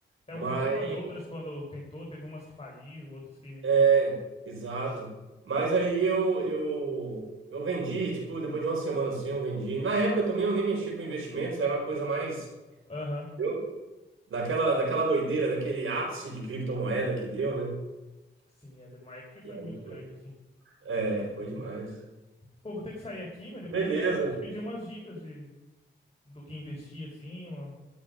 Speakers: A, on the left; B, on the right.
A: É,
B: mas
A: eu comprei umas outras quando tentou, teve umas que faliu, outras que...
B: É, Exato. Mas aí eu, eu, eu vendi, tipo, depois de uma semana assim, eu vendi. Na época também eu nem mexi com investimentos, era uma coisa mais,
A: Aham.
B: entendeu? Daquela, daquela doideira, daquele ápice de criptomoeda que deu, né?
A: Sim, é, teve uma época que foi
B: E aí
A: muito grande,
B: foi.
A: assim.
B: É, foi demais.
A: Pô, vou ter que sair aqui, mas depois
B: Beleza.
A: eu vou te pedir umas dicas de, do que investir, assim, uma-